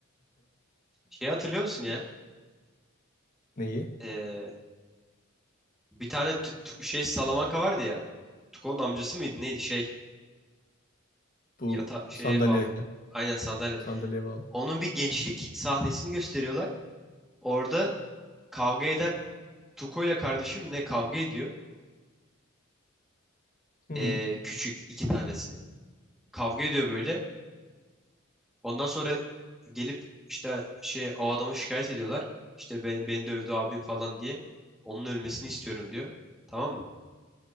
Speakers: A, in the centre; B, on the left.
A: Şey hatırlıyor musun ya?
B: <laughs> Neyi?
A: Ee, bir tane tü- tü- şey Salamanca vardı ya. Tuko'nun amcası mıydı neydi şey?
B: Bu
A: Yata şeye
B: sandalyede.
A: bağlı. Aynen sandalye.
B: Sandalyeye bağlı.
A: Onun bir gençlik sahnesini gösteriyorlar. Orada kavga eden Tuko ile kardeşim ne kavga ediyor?
B: Hı hı.
A: Ee, küçük iki tanesi. Kavga ediyor böyle. Ondan sonra gelip işte şey o adama şikayet ediyorlar. İşte ben, beni dövdü abim falan diye. Onun ölmesini istiyorum diyor. Tamam mı?